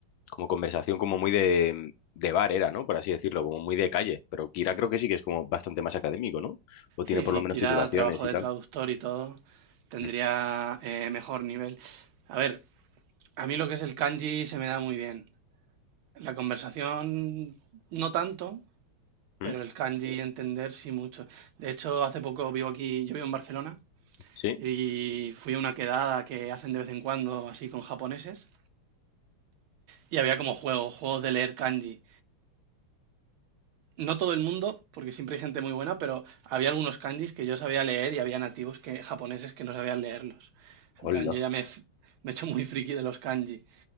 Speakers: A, on the left; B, on the right.
A: como conversación como muy de, de bar era, ¿no? Por así decirlo, como muy de calle. Pero Kira creo que sí que es como bastante más académico, ¿no? O tiene
B: Sí,
A: por
B: si
A: lo menos
B: quiera
A: titulaciones
B: trabajo
A: y
B: de
A: tal.
B: traductor y todo, tendría
A: Mm,
B: eh, mejor nivel. A ver, a mí lo que es el kanji se me da muy bien. La conversación no tanto,
A: mm,
B: pero el kanji entender sí mucho. De hecho, hace poco vivo aquí, yo vivo en Barcelona
A: Sí,
B: y fui a una quedada que hacen de vez en cuando así con japoneses y había como juegos, juegos de leer kanji. No todo el mundo, porque siempre hay gente muy buena, pero había algunos kanjis que yo sabía leer y había nativos que, japoneses que no sabían leerlos.
A: hola.
B: En plan, yo ya me, f- me he hecho muy friki de los kanji